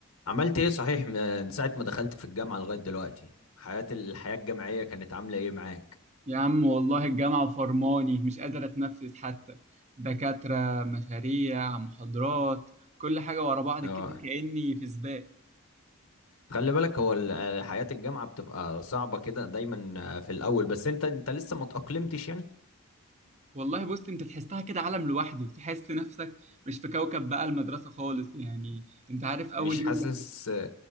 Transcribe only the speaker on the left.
عملت ايه صحيح من ساعة ما دخلت في الجامعة لغاية دلوقتي حياة الحياة الجامعية كانت عاملة ايه معاك
اه
خلي بالك هو ال- حياة الجامعة بتبقى صعبة كده دايما في الأول بس انت انت لسه ما تأقلمتش يعني
مش
حاسس